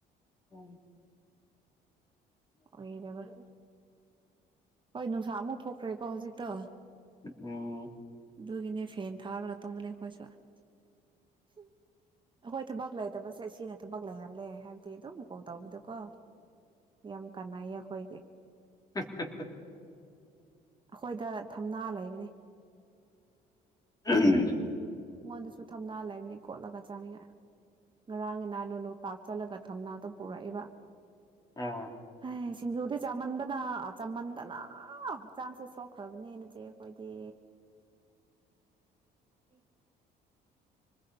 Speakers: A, on the left; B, on the right.
A: ꯎꯝ
B: ꯑꯣꯏꯕ ꯍꯣꯏ ꯅꯨꯡꯁꯥ ꯑꯃꯧ ꯊꯣꯛꯈ꯭ꯔꯦꯀꯣ ꯍꯧꯖꯤꯛꯇꯣ
A: ꯎꯝ
B: ꯑꯗꯨꯒꯤꯅꯦ ꯐꯦꯟ ꯊꯥꯔꯒ ꯇꯝꯕꯅꯦ ꯑꯩꯈꯣꯏꯁꯨ ꯑꯩꯈꯣꯏ ꯊꯕꯛ ꯂꯩꯇꯕꯁꯦ ꯁꯤꯅ ꯊꯕꯛ ꯂꯩꯍꯜꯂꯦ ꯍꯥꯏꯕꯗꯤ ꯑꯗꯨꯝ ꯀꯣꯜ ꯇꯧꯕꯤꯗꯀꯣ ꯌꯥꯝ ꯀꯥꯟꯅꯩꯌꯦ ꯑꯩꯈꯣꯏꯒꯤ
A: <inaudible>
B: ꯑꯩꯈꯣꯏꯗ ꯊꯝꯅꯥ ꯂꯩꯕꯅꯤ
A: ꯎꯝ
B: ꯑꯩꯉꯣꯟꯗꯁꯨ ꯊꯝꯅꯥ ꯂꯩꯕꯅꯤ ꯀꯣꯠꯂꯒ ꯆꯥꯅꯤꯡꯉꯥꯏ ꯉꯔꯥꯡ ꯉꯗꯥ ꯂ ꯂꯣꯛꯇꯥꯛ ꯆꯠꯂꯒ ꯊꯝꯅꯥꯗꯣ ꯄꯨꯔꯛꯏꯕ
A: ꯑ
B: ꯑꯦ ꯁꯤꯡꯖꯨꯗꯤ ꯆꯥꯃꯟꯕꯅ ꯆꯝꯃꯟꯗꯅ ꯍꯛꯆꯥꯡꯁꯦ ꯁꯣꯛꯈ꯭ꯔꯕꯅꯦꯅꯖꯩ ꯑꯩꯈꯣꯏꯗꯤ ꯦ <inaudible>